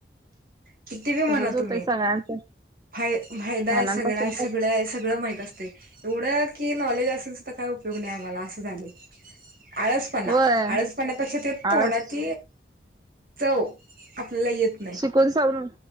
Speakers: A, on the right (about 50°); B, on the right (about 20°).
A: किती ब
B: तसच
A: म्हणा
B: होतंय
A: तुम्ही.
B: सगळ्यांचं
A: फाय फायदा
B: लहानांपासून
A: आहे सगळा आहे सगळं आहे सगळं माहीत असते. एवढं की नॉलेज, असेल त काय उपयोग नाही आम्हाला. झाली आळसपणा
B: होय
A: आळसपण्यापेक्षा ते तोंडात.
B: आळस
A: चव आपल्याला येतं.
B: शिकून सवरून